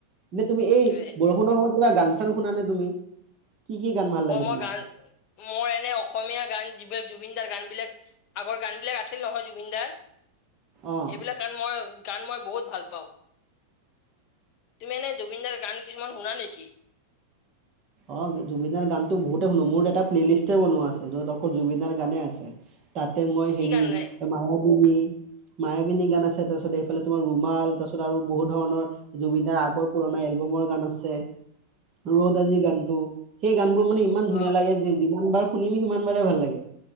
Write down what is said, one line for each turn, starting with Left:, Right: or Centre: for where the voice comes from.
Right: নে তুমি
Left: সেইটোয়ে
Right: এই বৰষুণৰ সময়ত কিবা গান চান শুনা নে তুমি? কি কি গান ভাল লাগে
Left: অ মই
Right: তোমাৰ
Left: গান মই এনে অসমীয়া গান যিবিলাক জুবিনদাৰ গান। বিলাক আগৰ গান বিলাক আছিল নহয় জুবিন দাৰ
Right: অ
Left: সেইবিলাক গান মই। গান মই বহুত ভাল পাওঁ। তুমি এনেই জুবিনদাৰ গান কিছুমান শুনা নেকি?
Right: অ জুবিনৰ গানতো বহুতে শুনো মোৰ এটা প্লে' লিষ্টে বনোৱা আছে য'ত অকল জুবিনৰ গানেই আছে তাতে মই
Left: কি
Right: হেৰি
Left: কি গান
Right: মায়াবিনী মায়াবিনী গান আছে তাৰপিছত এইফালে তোমাৰ ৰুমাল তাৰপিছত আৰু বহুত ধৰণৰ জুবিন দাৰ আগৰ পুৰণা তোমাৰ এলবামৰ গান আছে ৰদ আজি গানটো সেই গান বোৰ মানে ইমান ধুনীয়া
Left: অ
Right: লাগে যে যিমান বাৰ শুনিমি সিমান বাৰে ভাল লাগে।